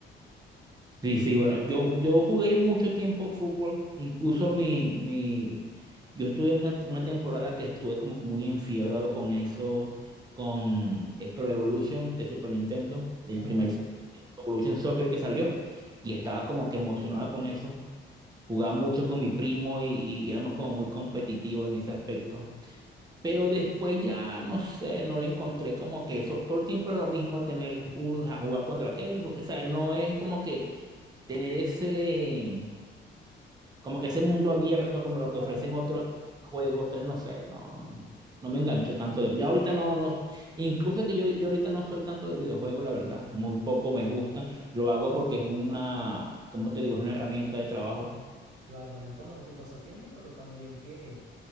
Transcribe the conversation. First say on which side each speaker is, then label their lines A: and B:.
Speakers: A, on the right; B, on the right.
A: Sí, sí, bueno, yo, yo jugué mucho tiempo fútbol, incluso mi, mi, yo estuve una, una temporada que estuve como muy enfiebrado con eso, con eh, Pro Evolution de Super Nintendo, el
B: Ajá,
A: primer s- Pro Evolution Soccer que salió, y estaba como que emocionado con eso, jugaba mucho con mi primo y, y éramos como muy competitivos en ese aspecto. Pero después ya, no sé, no le encontré como que eso, todo el tiempo era lo mismo tener un, a jugar contra aquel, o sea, no es como que tener ese, como que ese mundo abierto como lo
B: claro.
A: que ofrecen otros juegos, entonces no sé, no, no me engancho tanto yo. Ya ahorita no, no, incluso que yo, yo ahorita no soy tanto de videojuegos, la verdad, muy poco me gustan, lo hago porque es una, como te digo? Es una herramienta de trabajo,
B: Claro, es como tu pasatiempo, pero también que